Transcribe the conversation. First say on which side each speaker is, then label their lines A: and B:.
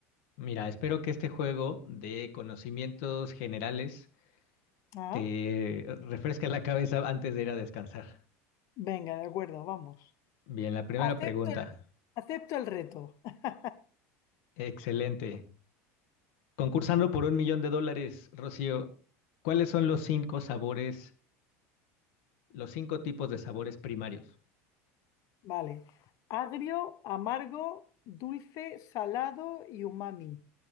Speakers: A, on the left; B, on the left.
A: Mira, espero que este juego de conocimientos generales
B: Ah,
A: te refresque la cabeza antes de ir a descansar.
B: venga, de acuerdo, vamos.
A: Bien, la primera
B: Acepto,
A: pregunta.
B: el- acepto el reto. <laughs>
A: Excelente. Concursando por un millón de dólares, Rocío, ¿cuáles son los cinco sabores, los cinco tipos de sabores primarios?
B: Vale. Agrio, amargo, dulce, salado y umami.